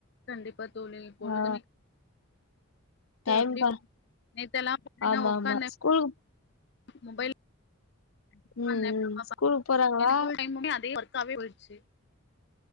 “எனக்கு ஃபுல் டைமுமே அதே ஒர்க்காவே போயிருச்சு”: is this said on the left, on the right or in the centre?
Left